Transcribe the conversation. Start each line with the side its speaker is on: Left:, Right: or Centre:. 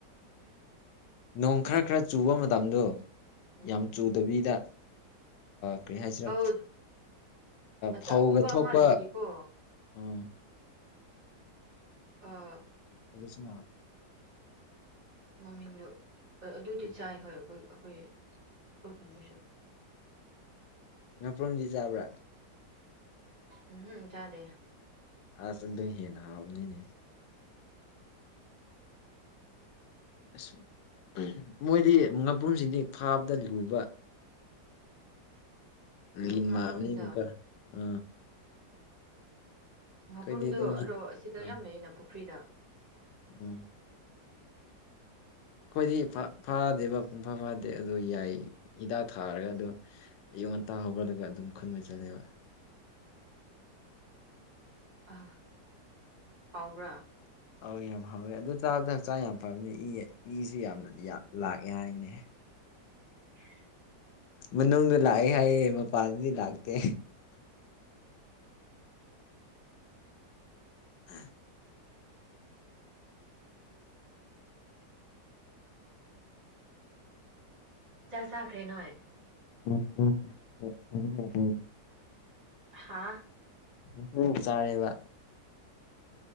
Left: ꯅꯣꯡ ꯈꯔ ꯈꯔ ꯆꯨꯕ ꯃꯇꯝꯗꯣ
Right: ꯎꯝ
Left: ꯌꯥꯝ ꯆꯨꯗꯕꯤꯗ ꯀꯔꯤ ꯍꯥꯏꯁꯤꯔꯥ
Right: ꯑꯧ ꯑꯆꯧꯕ
Left: ꯐꯧꯒ ꯊꯣꯛꯄ
Right: ꯑꯃ ꯂꯩꯌꯦꯀꯣ
Left: ꯎꯝ
Right: ꯑꯥ
Left: ꯑꯗꯨꯁꯨ
Right: ꯃꯃꯤꯡꯗꯨꯣ ꯑꯗꯨꯗꯤ
Left: ꯀꯩꯅꯣ
Right: ꯆꯥꯏ ꯍꯣꯏ ꯑꯩꯈꯣꯏ ꯑꯩꯈꯣꯏ ꯑꯩꯈꯣꯏ ꯈꯨꯟꯒꯤꯣꯏꯁꯨ
Left: ꯉꯅꯥꯄ꯭ꯔꯨꯝꯗꯤ ꯆꯥꯕ꯭ꯔꯥ
Right: ꯎꯝꯇꯗꯦ
Left: ꯑꯁ ꯑꯗꯨꯝ ꯍꯦꯟꯅ ꯍꯥꯎꯕꯅꯤꯅꯦ ꯑꯁ ꯃꯣꯏꯗꯤ ꯃꯄꯨꯝꯁꯤꯡꯗꯤ ꯐꯥꯕꯗ ꯂꯨꯕ
Right: ꯎꯝ
Left: ꯂꯤꯟ
Right: ꯉꯥꯄ꯭ꯔꯨꯝꯗꯣ
Left: ꯃꯥ ꯍꯥꯏꯅꯤ ꯀ ꯑ
Right: ꯉꯥꯄ꯭ꯔꯨꯝꯗꯣ
Left: ꯑꯩꯈꯣꯏꯗꯤ ꯑꯗꯨꯝ ꯍꯤ
Right: ꯑꯗꯣ ꯑꯁꯤꯗ
Left: ꯑꯥ
Right: ꯌꯥꯝ ꯂꯩꯌꯦꯅ ꯄꯨꯈ꯭ꯔꯤꯗ
Left: ꯎꯝ ꯑꯩꯈꯣꯏꯗꯤ ꯐꯥꯗꯦꯕ ꯄꯨꯡꯐꯥ ꯐꯥꯗꯦ ꯑꯗꯨ ꯌꯥꯏ ꯍꯤꯗꯥꯛ ꯊꯥꯔꯒ ꯑꯗꯨ ꯉꯟꯇꯥ ꯍꯧꯒꯠꯂꯒ ꯑꯗꯨꯝ ꯈꯨꯟꯕ ꯆꯠꯂꯦꯕ
Right: ꯑ ꯍꯥꯎꯕ꯭ꯔ
Left: ꯑꯧ ꯌꯥꯝ ꯐꯥꯎꯋꯦ ꯑꯗꯨ ꯆꯥꯕꯗ ꯍꯛꯆꯥꯡ ꯌꯥꯝ ꯐꯕꯅꯤ ꯏ ꯏꯖꯦ ꯌꯥꯝꯅ ꯂꯥꯛꯑꯦ ꯍꯥꯏꯅꯦ
Right: <unintelligible>
Left: ꯃꯅꯨꯡꯗ ꯂꯥꯛꯑꯦ ꯍꯥꯏꯌꯦ ꯃꯄꯥꯟꯗꯗꯤ ꯂꯥꯛꯇꯦ ꯑ
Right: ꯆꯥ ꯆꯈꯔꯦ ꯅꯣꯏ
Left: <unintelligible>
Right: ꯍꯥꯥ
Left: ꯏꯁꯤꯡ ꯆꯥꯔꯦꯕ